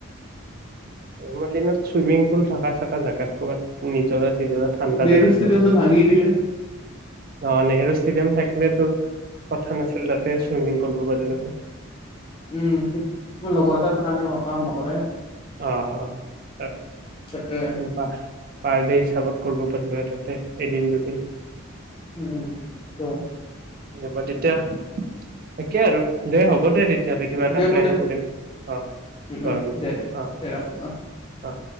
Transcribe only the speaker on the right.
আমাৰ দিনত চুইমিং পুল থাকা। জাগাত ক'ৰবাত নিজৰ। ন ঠাণ্ডা
জাগাত
যাব লাগছিল
বা নেহৰু ষ্টেডিয়াম ত সেটো পথাৰ আছিল তাতে চুইমিং কৰিব যাব লাগে।
অহ - অহ
পাৰ ডে' হিচাপত কৰিব পাৰিলে হয় তাতে এদিন দুদিন
মই তেতিয়া তাকে আৰু দে হ'ব দে তেয়া তেতিয়াহ'লে কিবা এটা
প্লেন
কৰিম অহ ',
গৰমত।
অহ',